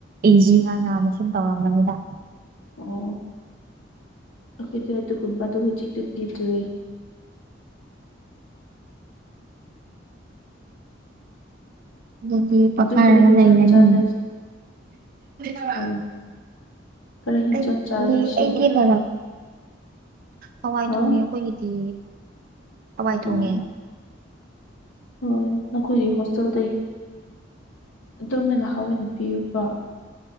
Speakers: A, on the right (about 45°); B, on the left (about 90°).
A: ꯑꯦꯖꯤ ꯍ ꯅꯅ ꯁꯨꯝ ꯇꯧꯔꯝꯝꯕꯅꯤꯗ
B: ꯑꯣ ꯑꯩꯈꯣꯏꯗ ꯑꯗꯨꯒꯨꯝꯕꯗꯨꯣ ꯍꯧꯖꯤꯛꯇꯛꯇ ꯄꯤꯗꯔꯤ
A: ꯑꯗꯨꯗꯤ ꯄꯈꯥ
B: ꯀꯔꯤ
A: ꯍꯥꯏꯅ
B: ꯍꯤꯟꯖꯥꯡ
A: ꯂꯩ ꯂꯩꯅꯤ
B: ꯆꯥꯅꯩ
A: ꯍꯥꯏ
B: ꯎꯝ ꯀꯔꯤ ꯍꯤꯟꯖꯥꯡ
A: ꯑꯩꯗꯤ
B: ꯆꯥꯏ ꯉꯁꯤ
A: ꯃ ꯍꯋꯥꯏ
B: ꯍꯥ
A: ꯊꯣꯡꯉꯦ ꯑꯩꯈꯣꯏꯒꯤꯗꯤ ꯍꯋꯥꯏ
B: ꯑꯣ
A: ꯊꯣꯡꯉꯦ
B: ꯍꯣꯏ ꯅꯈꯣꯏꯒꯤ ꯍꯣꯁꯇꯦꯜꯗ ꯑꯗꯨꯝꯥꯏꯅ ꯍꯥꯎꯋ ꯑꯣꯏꯅ ꯄꯤꯌꯨꯕ